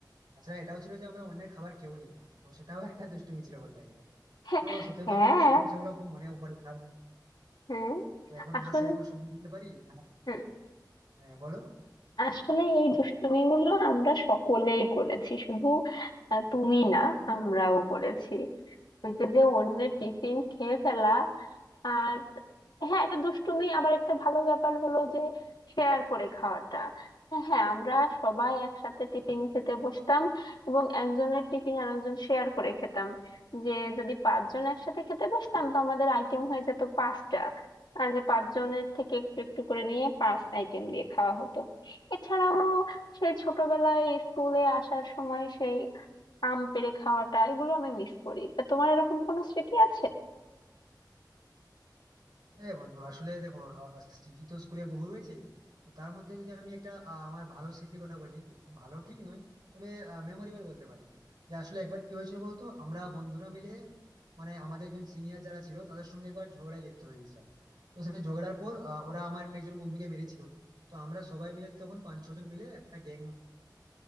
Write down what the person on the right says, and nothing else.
তাছাড়া এটাও ছিল যে আমরা অন্যের খাবার খেয়েও নিতাম তো সেটাও একটা দুষ্টুমি ছিল বলতে গেলে
তো সত্যি কথা
বলতে এখন সেগুলো খুব মনেও পড়ে কারণ
তো এখন
না সেরকম সময় দিতে পারি না
হ্যাঁ বলো
হ্যাঁ বন্ধু আসলে দেখো আহ, স্মৃতি তো স্কুলে বহু রয়েছে তো তার মধ্যে যদি আমি একটা আহ, আমার ভালো স্মৃতির কথা বলি ভালো ঠিক নয় তবে মেমোরেবল বলতে পারি যে আসলে একবার কি হয়েছিল বলতো আমরা বন্ধুরা মিলে মানে আমাদের একজন সিনিয়র যারা ছিল তাদের সঙ্গে একবার ঝগড়ায় লিপ্ত হয়ে গেছিলাম তো সেই ঝগড়ার পর আহ, ওরা আমার একজন বন্ধুকে মেরেছিল তো আমরা সবাই মিলে তখন পাঁচ ছজন মিলে একটা গ্যাং